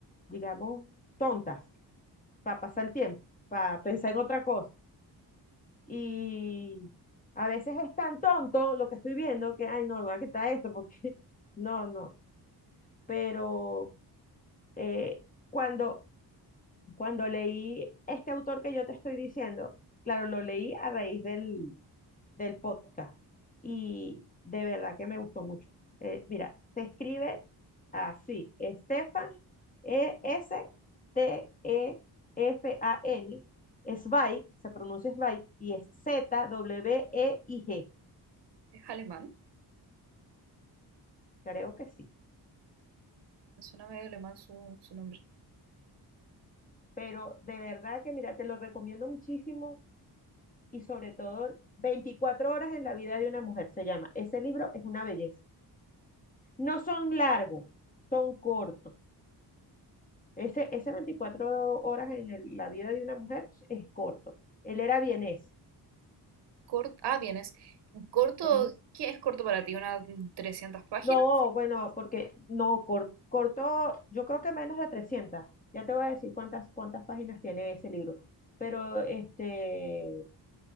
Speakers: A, on the left; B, on the right.
A: digamos, tontas, para pasar el tiempo, para pensar en otra cosa, y a veces es tan tonto lo que estoy viendo que, ay, no, voy a quitar esto, porque, <laughs> no, no, pero... eh, cuando Cuando leí este autor que yo te estoy diciendo, claro, lo leí a raíz del, del podcast y de verdad que me gustó mucho. Eh, mira, se escribe así, Stefan E-S-T-E-F-A-N, Zweig, se pronuncia Zweig, y es Z-W-E-I-G,
B: es alemán,
A: creo que sí.
B: me suena medio alemán su, su nombre.
A: Pero de verdad que, mira, te lo recomiendo muchísimo y sobre todo 24 horas en la vida de una mujer se llama. Ese libro es una belleza. No son largos, son cortos. Ese, ese 24 horas en el- la vida de una mujer es corto. Él era vienés.
B: Corto, ah, vienes. Corto,
A: Ujú.
B: ¿qué es corto para ti? ¿Unas trescientas páginas?
A: No, bueno, porque no, cor- corto, yo creo que menos de 300. Ya te voy a decir cuántas, cuántas páginas tiene ese libro. Pero, este,